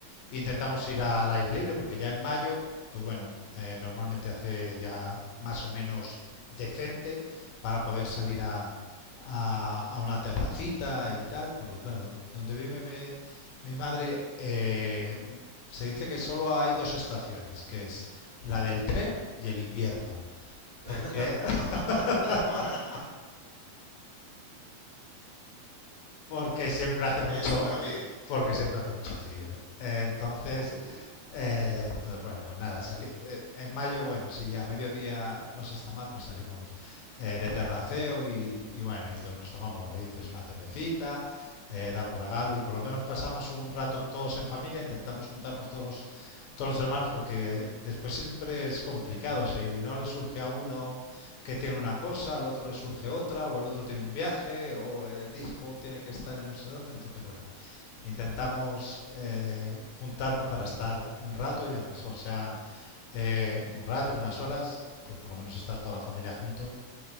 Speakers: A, on the left (about 75°); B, on the right (about 30°).
A: Intentamos ir al aire libre porque ya en mayo, pues bueno, eh, normalmente hace ya más o menos decente para poder salir a, a, a una terracita y tal, porque claro, donde vive me- mi madre eh, se dice que solo hay dos estaciones, que es la del tren y el invierno, porque
B: <laughs>
A: <laughs>
B: Naguará.
A: porque siempre hace mucho
B: Está bien.
A: porque siempre hace mucho frío, ¿no? Entonces
B: Mm.
A: Eh, entonces, bueno, pues nada, salí, eh, en mayo, bueno, si a mediodía no se está mal, pues salimos eh, de terraceo y, y bueno, y to- nos tomamos lo que dices, una cervecita, eh, damos regalo y por lo menos pasamos un rato todos en familia, intentamos juntarnos todos los, todos los hermanos porque eh, después siempre es complicado, si no le surge a uno que tiene una cosa, al otro le surge otra, o el otro tiene un viaje, o el hijo tiene que estar en no sé dónde, entonces, bueno. Intentamos eh, juntarnos para estar un rato y aunque solo sean eh, un rato, unas horas, pues por lo menos estar toda la familia juntos,